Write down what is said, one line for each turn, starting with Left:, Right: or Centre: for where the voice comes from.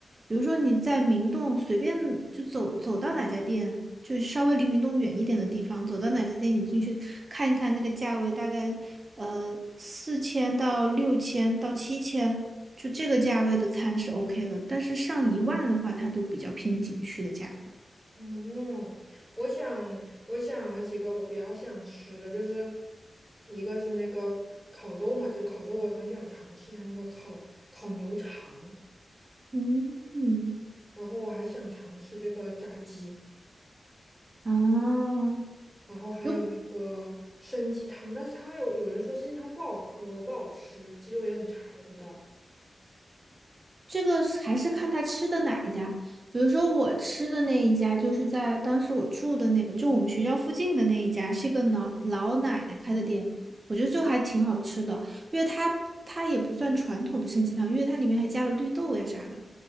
Right: 比如说你在明洞随便就走走到哪家店，就稍微离明洞远一点的地方，走到哪家店，你进去看一看那个价位，大概呃四千到六千到七千，就这个价位的餐是 OK 的，但是上一万的话，它都比较偏景区的价格。
Centre: 嗯，我想我想了几个我比较想吃的，就是一个是那个烤肉嘛，就是烤肉我也很想尝试一下那个烤烤牛肠，
Right: 嗯，
Centre: 然后我还想尝试这个炸鸡。
Right: 啊，
Centre: 然后还有那个参鸡汤，
Right: 如。
Centre: 但是他们有有人说参鸡汤不好喝、不好吃，鸡肉也很柴不到。
Right: 这个是还是看他吃的哪一家，比如说我吃的那一家，就是在当时我住的那个，就我们学校附近的那一家，是一个老老奶奶开的店，我觉得就还挺好吃的，因为它它也不算传统的参鸡汤，因为它里面还加了绿豆呀啥的，